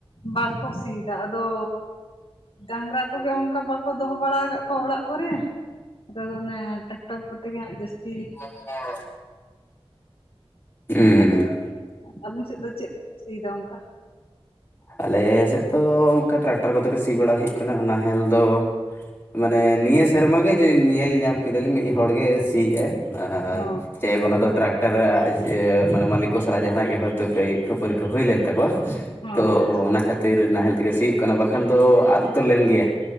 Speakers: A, on the left; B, on the left.
A: ᱵᱟᱠᱚ ᱥᱤᱭᱮᱫᱟ ᱟᱫᱚ ᱰᱟᱝᱨᱟ ᱠᱚᱜᱮ ᱚᱱᱠᱟ ᱵᱟᱠᱚ ᱫᱚᱦᱚ ᱵᱟᱲᱟ ᱟᱠᱟᱫ ᱠᱚᱣᱟ ᱚᱲᱟᱜ ᱠᱚᱨᱮ ᱱᱮᱛᱟᱨ ᱫᱚ ᱚᱱᱮ ᱴᱟᱠᱴᱟᱨ ᱛᱮ ᱜᱮ ᱦᱟᱸᱜ ᱡᱟᱹᱥᱛᱤ
B: <unintelligible> ᱦᱩᱸ
A: ᱟᱫᱚ ᱟᱵᱤᱱ ᱥᱮᱫ ᱫᱚ ᱪᱮᱫ ᱛᱮᱯᱮ ᱥᱤᱭᱮᱫᱟ ᱚᱱᱠᱟ
B: ᱟᱞᱮ ᱥᱮᱫ ᱫᱚ ᱚᱱᱠᱟ ᱴᱨᱟᱠᱴᱟᱨ ᱠᱚᱛᱮ ᱜᱮ ᱥᱤ ᱵᱟᱲᱟ ᱦᱩᱭᱩᱜ ᱠᱟᱱᱟ ᱱᱟᱦᱮᱞ ᱫᱚ ᱢᱟᱱᱮ ᱱᱤᱭᱟᱹ ᱥᱮᱨᱢᱟ ᱜᱮ ᱡᱮ ᱧᱮᱞ ᱧᱟᱢ ᱠᱮᱫᱟᱞᱤᱧ ᱢᱤᱫ ᱦᱚᱲ ᱜᱮ ᱥᱤᱭᱮᱫ ᱟᱭ ᱟᱨ
A: ᱚ
B: ᱡᱟᱭᱦᱳᱠ ᱚᱱᱟ ᱫᱚ ᱴᱨᱟᱠᱴᱟᱨ ᱢᱮ ᱢᱟᱹᱞᱤᱠ ᱠᱚ ᱥᱟᱞᱟᱜ ᱡᱟᱦᱟᱱᱟᱜ ᱜᱮ ᱦᱚᱭᱛᱳ ᱠᱷᱟᱹᱯᱟᱨᱤᱟᱹ ᱠᱚ ᱦᱩᱭ ᱞᱮᱱ ᱛᱟᱠᱚᱣᱟ
A: ᱚ
B: ᱛᱚ
A: ᱟᱪᱪᱷᱟ
B: ᱚᱱᱟ ᱠᱷᱟᱹᱛᱤᱨ ᱱᱟᱦᱮᱞ ᱛᱮᱜᱮ ᱥᱤᱭᱳᱜ ᱠᱟᱱᱟ ᱵᱟᱠᱷᱟᱱ ᱫᱚ ᱟᱫ ᱩᱛᱟᱹᱨ ᱞᱮᱱ ᱜᱮᱭᱟ᱾